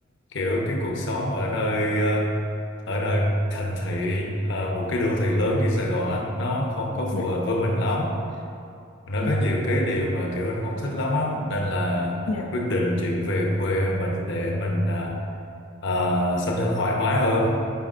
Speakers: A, on the left; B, on the left.
A: kiểu cái cuộc sống ở nơi ờ, ở nơi thành thị ờ, một cái đô thị lớn như Sài Gòn á nó không có
B: Dạ,
A: phù hợp với mình lắm nó
B: ừ,
A: có nhiều cái điều mà kiểu anh không thích lắm á nên là
B: dạ,
A: anh quyết định chuyển về quê mình để mình à, à, sống cho nó thoải mái hơn